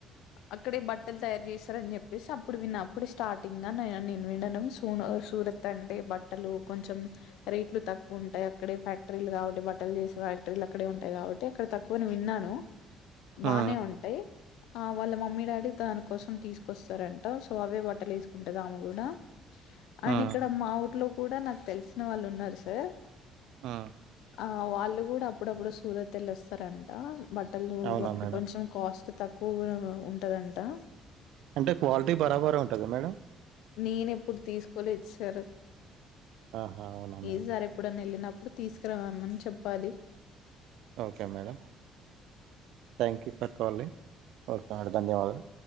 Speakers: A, on the left; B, on the right.
A: అక్కడే బట్టలు తయారు చేస్తారని చెప్పేసి అప్పుడు విన్న అప్పుడు స్టార్టింగ్ అన్ నే నేను వినడం సూ సూరత్ అంటే బట్టలు కొంచెం రేట్లు తక్కువ ఉంటాయి, అక్కడే ఫ్యాక్టరీలు కాబట్టి బట్టలు చేసే ఫ్యాక్టరీలు అక్కడే ఉంటాయి కాబట్టి, అక్కడ తక్కువ అని విన్నాను. బానే
B: ఆ
A: ఉంటయ్ ఆ వాళ్ళ మమ్మీ డాడీ దాని కోసం తీసుకొస్తారం ట సో అవే బట్టలు వసుకుంటదా ఆమో కూడా అయినా
B: ఆ
A: ఇక్కడ మా ఊర్లో కూడా నాకు తెలిసిన వాళ్ళు ఉన్నారు సార్
B: ఆ
A: ఆ వాళ్ళు కూడా అప్పుడప్పుడు సూరత్ వెల్ళ వస్తారంటాం బట్టలు
B: అవునా
A: బట్టి
B: మేడం
A: కొంచెం కాస్ట్ తక్కువ కూడ ఉంటదంటా
B: అంటే క్వాలిటీ బరాబర ఉంటదా మేడం
A: నేను ఎప్పుడు తీసుకోలేదు సార్
B: ఆహా అవునా మేడం
A: ఈసారి ఎప్పుడన్నా వెళ్ళినప్ ప్పుడు తీసుకురావమని చెప్పాలి
B: okay madam thank you for calling okay madam ధన్యవాదులు